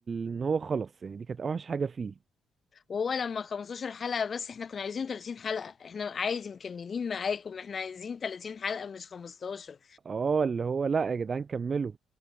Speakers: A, on the right; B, on the left.
A: ان هو خلص يعني دي كانت اوحش حاجه فيه
B: وهو لما 15 حلقه بس احنا كنا عايزين 30 حلقه احنا عادي مكملين معاكم احنا عايزين 30 حلقه مش 15
A: اه اللي هو لا يا جدعان كملوا